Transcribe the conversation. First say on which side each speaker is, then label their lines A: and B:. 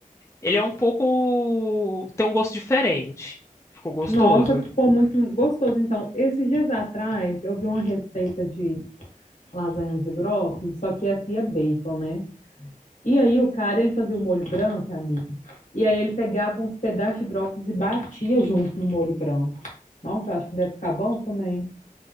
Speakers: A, on the left; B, on the left.
A: ele é um pouco, tem um gosto diferente. Ficou gostoso.
B: nossa, ficou muito gostoso. Então, esses dias atrás, eu vi uma receita de lasanha de brócolis, só que essa ia bacon, né? E aí, o cara, ele fazia o molho branco, amigo. E aí, ele pegava uns pedaços de brócolis e batia junto no molho branco. Nossa, eu acho que deve ficar bom também.